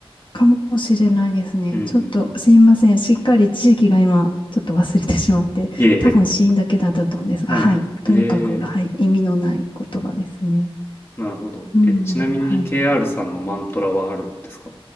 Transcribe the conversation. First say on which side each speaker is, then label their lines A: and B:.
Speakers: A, on the left (about 55°); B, on the left (about 25°).
A: かもしれないですね。
B: うんうん。
A: ちょっとすいません。しっかり地域が今、ちょっと忘れてしまって、
B: いえいえ。
A: 多分死因だけだったと思うんですが、
B: はい。
A: はい。とにかく、
B: え
A: はい。
B: え、
A: 意味のない言葉ですね。
B: なるほど。
A: うんうん、
B: え、ちなみに
A: はい。
B: KR さんのマントラはあるんですか